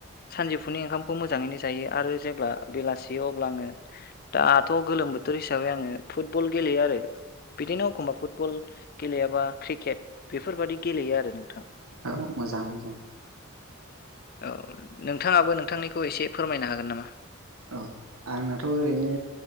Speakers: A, on the left (about 45°); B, on the right (about 80°).
A: सानजौफुनि ओंखामखौ मोजाङैनो जायो आरो जेब्ला बेलासे अ आङो दाथ' गोलोम बोथोर हिसाबै आङो फुटबल गेले गेलेयो आरो बिदिनो एखमबा फुटबल गेलेयाबा क्रिकेट बेफोरबाददि गेलेयो आरो नोंथां
B: औ मोजां मोजां
A: औ नोंथाङाबो नोंथांनिखौ एसे फोरमायनो हागोन नामा?
B: औ आंनाथ' ओरैनो